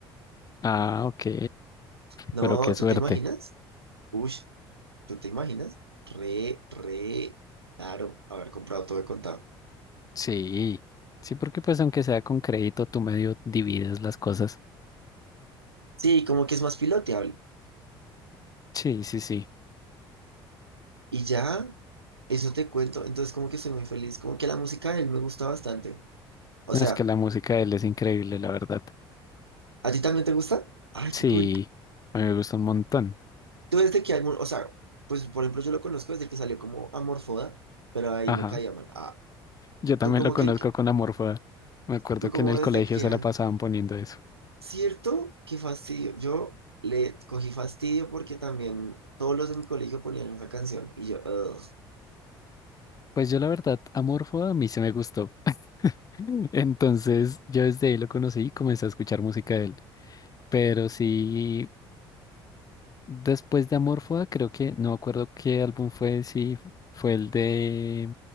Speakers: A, on the left; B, on the right.
A: Ah, ok.
B: No,
A: Pero qué suerte.
B: ¿tú te imaginas? Uy, ¿tú te imaginas? Re, re... Claro, haber comprado todo de contado.
A: Sí. Sí, porque pues aunque sea con crédito, tú medio divides las cosas.
B: Sí, como que es más piloteable.
A: Sí, sí, sí.
B: Y ya, eso te cuento. Entonces, como que soy muy feliz. Como que la música de él me gusta bastante. O
A: No,
B: sea,
A: es que la música de él es increíble, la verdad.
B: ¿a ti también te gusta? Ay,
A: Sí,
B: qué cool.
A: a mí me gusta un montón.
B: Tú desde que álbum, o sea, pues por ejemplo, yo lo conozco desde que salió como Amorfoda, pero ahí
A: Ajá.
B: me caía mal. Ah,
A: Yo también
B: tú como
A: lo conozco
B: que, en qué-
A: con Amorfoda. Me acuerdo
B: tú
A: que
B: como
A: en el
B: desde
A: colegio
B: qué
A: se
B: alma.
A: la pasaban poniendo eso.
B: ¿Cierto? Qué fastidio. Yo le cogí fastidio porque también todos los de mi colegio ponían esa canción. Y yo, "Ugh,
A: Pues yo la verdad, Amorfoda a mí se me gustó. <laughs> Entonces yo desde ahí lo conocí y comencé a escuchar música de él. Pero sí, Después de Amorfoda, creo que, no me acuerdo qué álbum fue, si fue el de,